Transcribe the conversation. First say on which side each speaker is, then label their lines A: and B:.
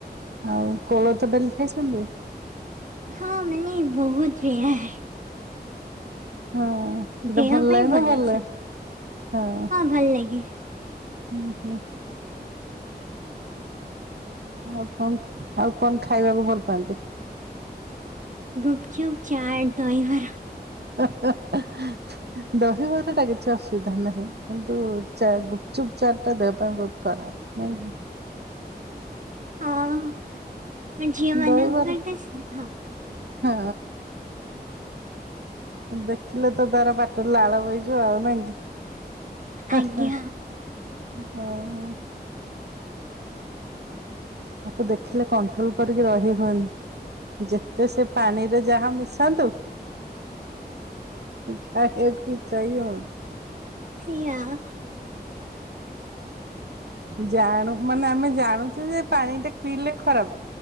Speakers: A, on the right; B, on the right.
A: ଆଉ କୋଳଥ ଡାଲି ଖାଇଛନ୍ତି?
B: ହଁ ମାନେ ବହୁତ ରେୟାର।
A: ହଁ ସେଟା
B: ଦେହ
A: ଭଲ
B: ପାଇଁ
A: ଲାଗେ ନା ଭଲ ଲାଗେନି
B: ସେଟା
A: ହଁ।
B: ଭଲ ଲାଗେ।
A: ହୁଁ ହୁଁ। ଆଉ କଣ ଆଉ କଣ ଖାଇବାକୁ ଭଲ ପାଆନ୍ତି?
B: ଗୁପଚୁପ୍ ଚାଟ୍ ଦହିବରା।
A: ହେଁ ହେଁ ହଁ।
B: <inaudible>
A: ଦହିବରାଟା କିଛି ଅସୁବିଧା ନାହିଁ କିନ୍ତୁ ଚା ଗୁପଚୁପ୍ ଚାଟଟା ଦେହ ପାଇଁ ବହୁତ୍ ଖରାପ। ନାଇଁ କି?
B: ହଁ ଝିଅ ମାନଙ୍କର
A: ଦହିବରା
B: ତ ହଁ
A: ହଁ ଦେଖିଲେ ତ ତାର ପାଟିରୁ ଲାଳ ବହି ଯିବ ଆଉ ନାକି ହା
B: ଆଜ୍ଞା
A: ହା ଆଉ। ତାକୁ ଦେଖିଲେ କଣ୍ଟ୍ରୋଲ କରିକି ରହି ହୁଏନି। ଯେତେ ସେ ପାଣିରେ ଯାହା ମିଶାନ୍ତୁ। କିନ୍ତୁ ଖାଇବାକୁ ଇଛା ହିଁ ହଉଚି।
B: ସେୟା। <inaudible>
A: ଜାଣୁ ମାନେ ଆମେ ଜାଣୁଛୁ ଯେ ପାଣି ଟା ପିଇଲେ ଖରାପ।